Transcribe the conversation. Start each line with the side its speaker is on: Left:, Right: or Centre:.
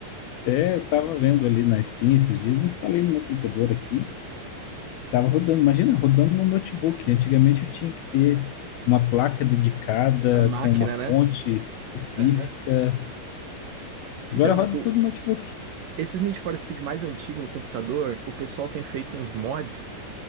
Left: até estava vendo ali na Steam esses dias, instalei no meu computador aqui. Tava rodando, imagina, rodando no notebook. Antigamente eu tinha que ter uma placa dedicada
Right: A máquina,
Left: com uma fonte
Right: né?
Left: específica.
Right: É, né?
Left: Agora
Right: Então,
Left: roda
Right: o-
Left: tudo no notebook.
Right: esses Need for Speed mais antigos no computador, o pessoal tem feito uns mods